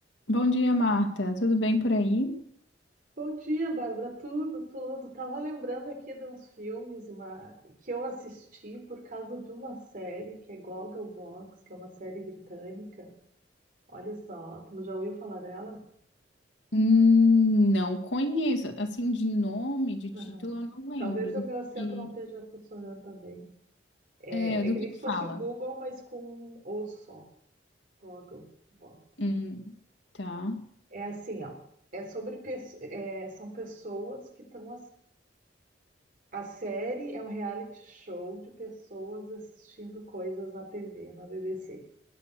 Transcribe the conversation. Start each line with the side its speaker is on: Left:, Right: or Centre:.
Left: Bom dia, Marta. Tudo bem por aí?
Right: Bom dia, Bárbara. Tudo, tudo. Tava lembrando aqui de uns filmes uma- que eu assisti por causa de uma série que é Gogglebox, que é uma série britânica. Olha só, tu já ouviu falar dela?
Left: Hum, não conheço. Assim, de nome, de
Right: Aham.
Left: título, eu não lembro
Right: Talvez
Left: do
Right: o meu acento
Left: que,
Right: não esteja funcionando também. É,
Left: é, do
Right: é que
Left: que
Right: nem
Left: que
Right: se fosse
Left: fala.
Right: o Google, mas com um O só. Gogglebox.
Left: Hum, tá.
Right: É assim, ó. É sobre pesso- é, são pessoas que estão A série é um reality show de pessoas assistindo coisas na TV, na BBC.